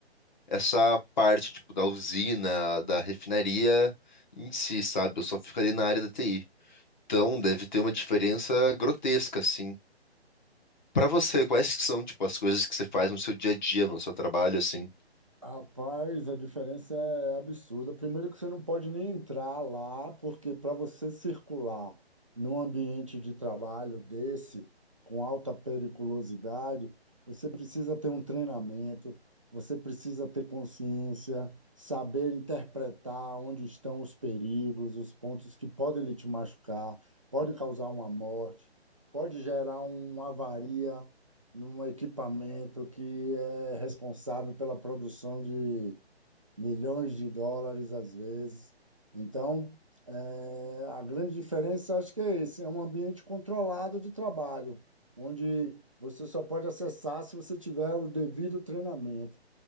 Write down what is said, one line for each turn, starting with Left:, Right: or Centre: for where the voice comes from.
Left: essa parte, tipo, da usina, da refinaria em si, sabe? Eu só fico ali na área da TI. Então, deve ter uma diferença grotesca, assim. Pra você, quais que são, tipo, as coisas que você faz no seu dia a dia, no seu trabalho, assim?
Right: Rapaz, a diferença é absurda. Primeiro que você não pode nem entrar lá, porque para você circular num ambiente de trabalho desse, com alta periculosidade, você precisa ter um treinamento, você precisa ter consciência, saber interpretar onde estão os perigos, os pontos que podem lhe te machucar, pode causar uma morte, pode gerar uma avaria num equipamento que é responsável pela produção de milhões de dólares às vezes. Então, eh, a grande diferença acho que é esse, é um ambiente controlado de trabalho, onde você só pode acessar se você tiver o devido treinamento.